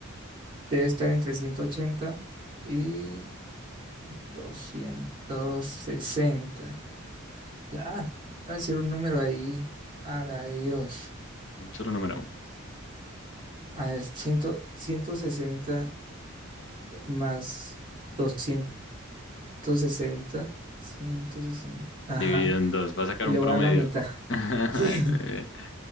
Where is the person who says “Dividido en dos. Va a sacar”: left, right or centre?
Left